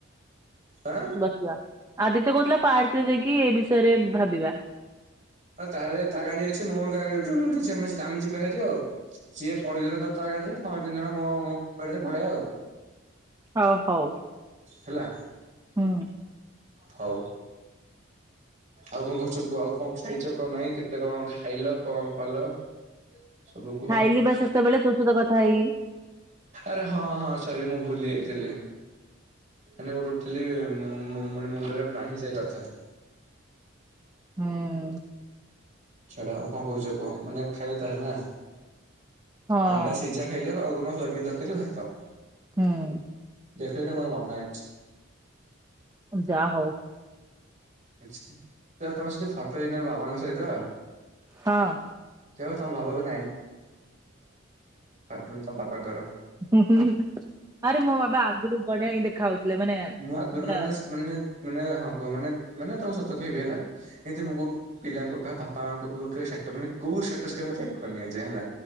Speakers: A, on the right; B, on the right.
A: ଆଁ?
B: ବସିବା ଆଦିତ୍ୟ କହୁଥିଲା ପାର୍କ ରେ ଯାଇକି ଏ ବିଷୟରେ ଭାବିବା।
A: ହଁ ତାହେଲେ ତା ଗାଡି ଅଛି ମୁଁ ଗାଡ ଉଡୁଛି ଆମ ଆମେ ଯିବା ହାରି ଆଉ। ସିଏ ପଳେଇଥିଲେ ତ ତା ଗାଡିରେ ତମେ ତିନି ଜଣ ମୋ ମୋ ଗାଡିରେ ପଳେଇବା ଆଉ।
B: ହଁ ହଉ।
A: ହେଲା।
B: ହୁଁ।
A: ହଉ। ଆଉ କଣ କହୁଛ କୁହ ଆଉ କଣ ଖାଇଛ କଣ ନାଇଁ କେତେ କଣ ଖାଇଲ କଣ କଲ? ସବୁ କୁହ।
B: ଖାଇଲି ବା ସେତେବେଳେ ତୋ ସହିତ କଥା ହେଇ ହେଇ
A: ଆରେ ହଁ ହଁ ସରି ମୁଁ ଭୁଲି ଯାଇଥିଲି। ଆରେ ଟୋଟାଲି ମୋ ମୋ ମୁଣ୍ଡରେ ନାହିଁ ସେ କଥା।
B: ହୁଁ
A: ଛଡା ଆଉ କଣ କହୁଛ କୁହ ମାନେ ଖାଇଲେ ତାଲେ ନା
B: ହଁ
A: ଅଣ୍ଡା ସିଝା ଖାଇଲ ଆଉ କଣ ସୋୟାବିନ ତରକାରି ଭାତ।
B: ହୁଁ।
A: ଦେଖିଲା ମୋର ମନେ ଅଛି।
B: ଯା ହଉ।
A: ଆଛା ତ ତମର ସହି ଫଟୋ ଦେଇନାର ବାବାଙ୍କ ସହିତ
B: ହଁ।
A: <unintelligible> ବିଗ୍ ଫ୍ୟାନ ମାନେ ତମ ବାପାଙ୍କର
B: ହୁଁ ହୁଁ ଆରେ ମୋ ବାବା ଆଗରୁ ବଢିଆ କି ଦେଖା ହୋଉଥିଲେ ମାନେ ପୁରା
A: ମୁଁ ଆଗରୁ ମାନେ ମାନେ ମାନେ ହଁ କୁହ ମାନେ ମାନେ ତମ ସତ କହିବି ହେଲା। ଏବେ ମୁଁ ମୋ ପିଲାଙ୍କ କାହା ବାପାଙ୍କୁ <unintelligible> ମୁଁ ସେଟ୍ କରିନି ଆଜି ଯାଏଁ ହେଲା।